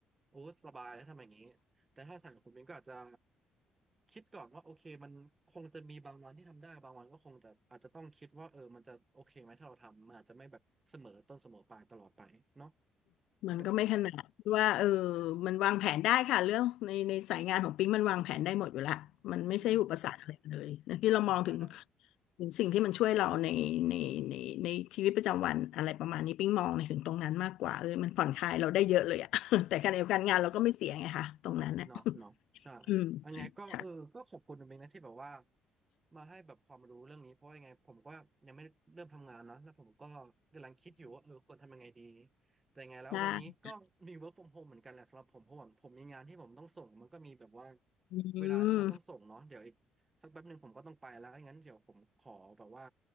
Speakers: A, on the right; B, on the left.
A: โอ้สบายแล้วทำอย่างนี้แต่ถ้าสายของคุณเป็นก็อาจจะคิดก่อนว่าโอเคมันคงจะมีบางวันที่ทำได้บางวันก็คงจะอาจจะต้องคิดว่าเออมันจะโอเคไหมถ้าเราทำมันอาจจะไม่แบบเสมอต้นเสมอปลายตลอดไปเนาะถ้าเป็นอย่างนั้นนะ
B: มันก็ไม่ขนาดที่ว่าเออมันวางแผนได้ค่ะเรื่องในในสายงานของปิ๊งมันวางแผนได้หมดอยู่ละมันไม่ใช่อุปสรรคอะไรเลยนะที่เรามองถึง
A: อืม ได้ได้
B: ถึงสิ่งที่มันช่วยเราในในในในชีวิตประจำวันอะไรประมาณนี้ปิ๊งมองในถึงตรงนั้นมากกว่าเออมันผ่อนคลายเราได้เยอะเลยอะ <laughs> แต่การเดียวกันงานเราก็ไม่เสียไงค่ะตรงนั้นนะ
A: โอเคเนาะเนาะใช่
B: อืม
A: ยังไงก็เออก็ขอบคุณเป็นนะที่แบบว่า
B: ใช่
A: มาให้แบบความรู้เรื่องนี้เพราะว่ายังไงผมก็ยังไม่เริ่มทำงานเนาะแล้วผมก็กำลังคิดอยู่ว่าเออควรทำยังไงดีแต่ยังไงแล้ววันนี้ก็มี
B: ไ้
A: work from home เหมือนกันแหละสำหรับผมเพราะว่าผมมีงานที่ผมต้องส่งมันก็มีแบบว่า
B: อื
A: เวลาที่มันต้องส่งเนาะเดี๋ยวอีกสักแป๊บหนึ่งผมก็ต้องไปแล้วงั้นเดี๋ยวผมขอแบบว่า
B: ม